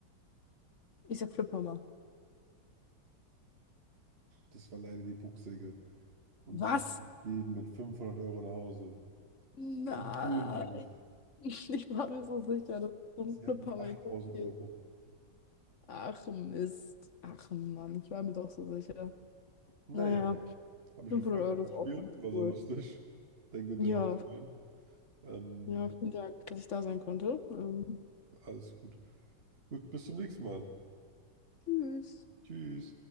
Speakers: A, on the left; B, on the right.
A: Ich sag Fliphammer.
B: Das war leider die Pucksäge. Und
A: Was?
B: sie gehen mit 500 Euro nach Hause.
A: Nein,
B: Wie fühlen sie
A: <laughs> ich war mir
B: sich?
A: so sicher, dass so
B: Sie
A: ein Flippermikro
B: hatten 8000
A: ist.
B: Euro.
A: Ach Mist. Ach Mann, ich war mir doch so sicher.
B: Naja,
A: Naja,
B: habe mich
A: 500
B: gefreut,
A: Euro
B: mit
A: ist
B: zu spielen.
A: auch ganz
B: War sehr
A: cool.
B: lustig. Denke, hinterher
A: Ja,
B: auch zu sein. Ähm,
A: ja, vielen Dank, dass ich da sein konnte. Ähm,
B: alles gut. Gut, bis zum nächsten Mal.
A: tschüss.
B: Tschüss.